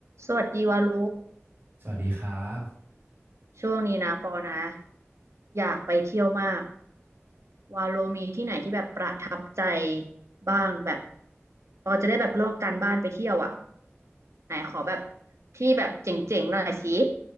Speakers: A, on the right; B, on the right.
A: สวัสดีวาโล
B: สวัสดีครับ
A: ช่วงนี้นะปอนะอยากไปเที่ยวมาก วาโลมีที่ไหนที่แบบประทับใจบ้างแบบปอจะได้แบบลอกการบ้านไปเที่ยวอ่ะไหนขอแบบที่แบบเจ๋งๆหน่อยสิ